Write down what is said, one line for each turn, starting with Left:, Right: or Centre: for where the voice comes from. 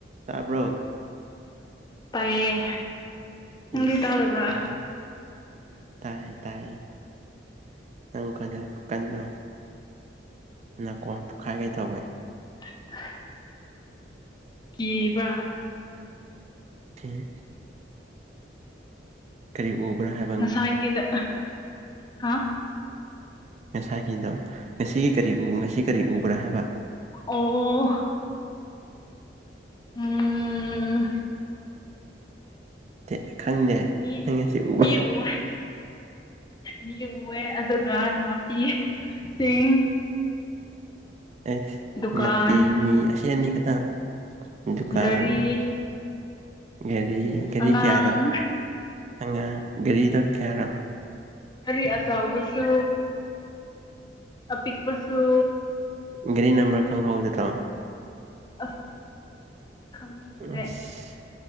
Right: ꯇꯥꯕ꯭ꯔꯣ
Left: ꯇꯥꯏꯌꯦ ꯅꯪꯗꯤ
Right: ꯏꯁꯁ
Left: ꯇꯥꯗꯕ꯭ꯔꯥ
Right: ꯇꯥꯏꯌꯦ ꯇꯥꯏꯌꯦ ꯇꯥꯏꯌꯦ ꯅꯪ ꯈꯣꯟꯖꯦꯜ ꯈꯨꯀꯟꯗꯣ ꯅꯥꯀꯣꯡ ꯄꯣꯛꯈꯥꯏꯒꯩ ꯇꯧꯋꯦ
Left: <unintelligible> ꯀꯤꯕ
Right: ꯍꯤ ꯀꯔꯤ ꯎꯕ꯭ꯔ ꯍꯥꯏ
Left: ꯉꯁꯥꯏꯒꯤꯗ ꯍꯥ
Right: ꯉꯁꯥꯏꯒꯤꯗꯣ ꯉꯁꯤꯒꯤ ꯀꯔꯤ ꯎ ꯉꯁꯤ ꯀꯔꯤ ꯎꯕ꯭ꯔ ꯍꯥꯏꯕ
Left: ꯑꯣ ꯎꯝ
Right: ꯇꯦ ꯈꯪꯗꯦ
Left: ꯃꯤ
Right: ꯅꯪ ꯉꯁꯤ ꯎꯕ
Left: ꯃꯤ ꯎꯌꯦ ꯃꯤ ꯎꯌꯦ ꯑꯗꯨꯒ ꯅꯥꯄꯤꯁꯤꯡ
Right: ꯑꯦꯁ
Left: ꯗꯨꯀꯥꯟ
Right: ꯅꯥꯄꯤ ꯃꯤ ꯑꯁꯤ ꯑꯅꯤ ꯈꯛꯇꯪ ꯗꯨꯀꯥꯟ
Left: ꯒꯥꯔꯤ
Right: ꯒꯥꯔꯤ ꯒꯥꯔꯤ
Left: ꯑꯉꯥꯡ
Right: ꯀꯌꯥꯔꯣ ꯑꯉꯥꯡ ꯒꯥꯔꯤꯗꯣ ꯀꯌꯥꯔꯣ
Left: ꯒꯥꯔꯤ ꯑꯆꯧꯕꯁꯨ ꯑꯄꯤꯛꯄꯁꯨ
Right: ꯒꯥꯔꯤ ꯅꯝꯕꯔ ꯈꯪꯍꯧꯗ꯭ꯔꯣ
Left: ꯑꯁ ꯈꯪꯕꯤꯗ꯭ꯔꯦ
Right: ꯑꯁ